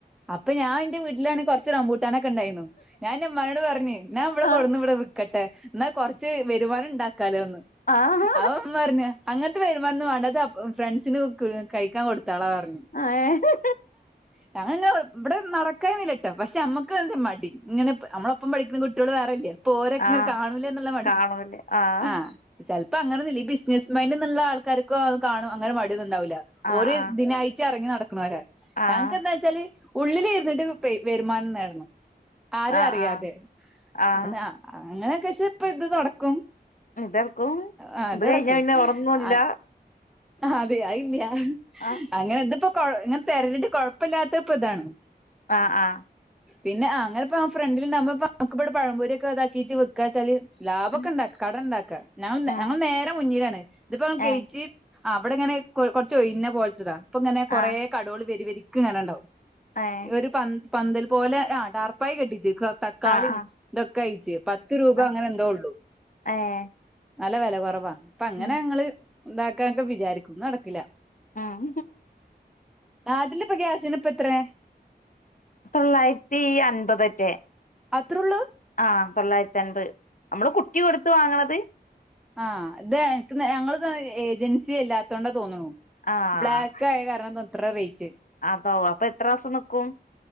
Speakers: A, in the centre; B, on the left.
A: അപ്പൊ ഞാൻന്റെ വീട്ടിലാണ് കൊർച്ച് റമ്പൂട്ട് ട്ടാനൊക്കെണ്ടായിന്നു ഞാന്റെ മ്മാനോട്‌ പർഞ്ഞ് ഞാൻ ഇവടെ
B: ആഹ്
A: കൊട്ന്ന് ഇവടെ വിക്കട്ടെ ന്നാ കൊർച്ച് വെ രിവാനുണ്ടാ കാലോന്ന്
B: ആഹ്
A: അവം പറഞ്ഞ അങ്ങനത്തെ വരുമാനൊന്നും വാണ്ടതെ ഫ്രണ്ട്സിന് ഉ ക് കൈക്കാൻ കൊടു- <unintelligible>
B: ഏഹ്
A: ആഹ് ഞങ്ങളിങ്ങനെ ഇബടെ നടക്കായോന്നില്ലട്ടോ. പക്ഷെ അമ്മക്ക് എന്തെ മടി. ഇങ്ങനെ നമ്മളൊപ്പം പഠിക്കുന്ന കുട്ടിയെള് വേറേല്യ പോരൊക്കെ ഇങ്ങനെ
B: ആഹ്
A: കാണൂലേന്നുള്ള മടി
B: കാണൂലേ ആഹ്
A: ആ ചെൽ ഇപ്പ അങ്ങനെന്നുല്ല ഈ ബിസിനസ് മൈൻ്ന്ന്ള്ള ആൾക്കാർക്ക് അത് കാണു അങ്ങനെ മടി ഒന്ന് ണ്ടാവൂല.
B: ആഹ്
A: ഓര് ഇത്നായിട്ട് എറങ്ങി നട <unintelligible>
B: ആഹ്
A: ഞങ്ങക്ക് എന്താച്ചാല് ഉള്ളില് ഇര്ന്നിട്ട് പെയ് വരുമാനം നേടണം ആരും
B: ആഹ്
A: അറിയാതെ
B: ആഹ് ആഹ് ആഹ്
A: അതാ അങ്ങനെ പശേ ഇപ്പ ഇത് നടക്കും
B: ഇതെടുക്കും
A: ആ അതടക്കും
B: ഇത് കഴിഞ്ഞ പിന്നെ ഉറങ്ങൂല്ല
A: അ അതെ അത്ഇല്യ
B: ആഹ്
A: അങ്ങനെ ത്പ്പോ കൊഴ് ങ്ങ തെരഞ്ഞിട്ട് കുഴപ്പല്ലാത്തത് ഇപ്പൊതാണ്
B: ആഹ് ആഹ്
A: പിന്നെ അ അങ്ങനെപ്പൊ ഫ്രണ്ടില് ണ്ടാവുമ്പോ പ്പ നമ്മക്ക് പ്പ ഇവിടെ പഴംപൊരി ഒക്കെ ഇതാക്കീറ്റ് വെക്കാ വച്ചാല് ലാഭോക്കെണ്ടാക
B: ഉം
A: കടണ്ടാക്കാ ഞങ്ങ
B: ഉം
A: ഞങ്ങൾ നേരെ മുന്നിലാണ് ഇതിപ്പോ ഞങ്ങൾ ഗേറ്റ്
B: ഏഹ്
A: <inaudible> ആ അവിടെ ഇങ്ങനെ കൊ കൊറച്ച ഇന്നെ പോലത്തതാ അപ്പ ഇങ്ങനെ കുറെ
B: ആഹ്
A: കടകൾ വരുവരിക്കും <inaudible> നിക്കങ്ങനെ ഉണ്ടാവും
B: ഏഹ്
A: ഒരു പന് <unintelligible> പന്തൽ പോലെ ആ ഡാർപ്പായി കെട്ടിത്് പ്പ കാളിയും
B: ആഹ് ആഹ്
A: <unintelligible> കഴജ പത്ത് <unintelligible> പത്ത് രൂപ
B: ആഹ്
A: അങ്ങനെ എന്തോ ഉള്ളു
B: ഏഹ്
A: നല്ല വില കുറവാ അപ്പ അങ്ങനെ
B: ഉം
A: ഞങ്ങള് ഉണ്ടാക്കാനൊക്കെ വിചാരിക്കും നടക്കില്ല
B: ഉം
A: നാട്ടിൽ ഇപ്പോൾ ഗ്യാസിന് <inaudible> ഇപ്പോ എത്ര <inaudible>
B: ആയിരത്തി തൊള്ളായിരത്തി അൻപതറ്റെ
A: അത്രയള്ളൂ
B: ആഹ തൊള്ളായിരത്തി അൻപ് നമ്മള് കുട്ടി കൊടുത്ത വാങ്ങണത്
A: ആഹ് ഇത എനിക്ക് ഞങ്ങള് ഏജൻസി അല്ലാത്തോണ്ട തോന്നണു
B: ആഹ്
A: ബ്ലാക്ക് ആയ കാരണംന് <inaudible> എത്ര റേറ്റ് <unintelligible>
B: അത അപ്പൊ എത്ര മാസം നിക്കും <inaudible>